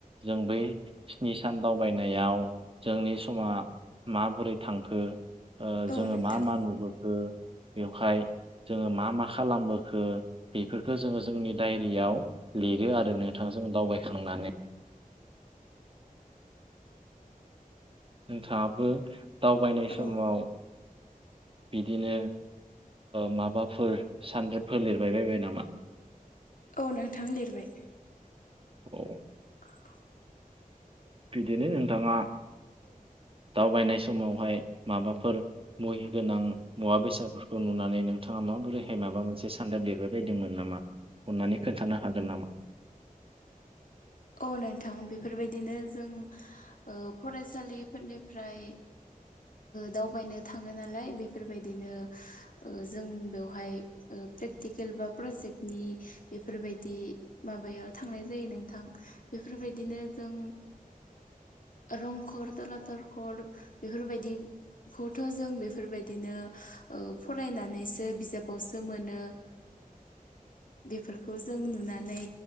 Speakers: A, on the right; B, on the left.
A: जों बै स्नि सान दावबायनायाव जोंनि समा माबोरै थांखो जोंङो
B: औ नोंथां
A: मा मा नोबोखो बेवहाय जोङो मा मा खालामबोखो बेफोरखौ जोंङो जोंनि डायरियाव लिरो आरो नोंथां जों दावबायखांनानै नोंथांङाबो दावबायनाय समाव
B: औ
A: बिदिनो माबाफोर सानरेबफोर लिरबाय बायबाय नामा
B: औ नोंथां लिरबाय
A: औ
B: <inaudible>
A: बिदिनो नोंथाङा दावबायनाय समावहाय माबाफोर मुहिगोनां मुवा बेसादफोरखौ नुनानै नोंथाङा माबोरैहाय माबा मोनसे सानरेब लिरबाय बायदोंमोन नामा अननानै खोन्थानो हागोन नामा
B: औ नोंथां बेफोरबायदिनो जों फरायसालिफोरनिफ्राय दावबायनो थाङो नालाय बेफोरबायदिनो जों बेवहाय प्रेक्टिकेल बा प्रजेक्टनि बेफोरबायदि माबायाव थांनाय जायो नों थां बेफोरबायदिनो जों रंघर तलातल घर बेफोरबायदि खौथ' जों बेफोरबायदिनो फरायनानैसो बिजाबावसो मोनो बेफोरखौ जों नुनानै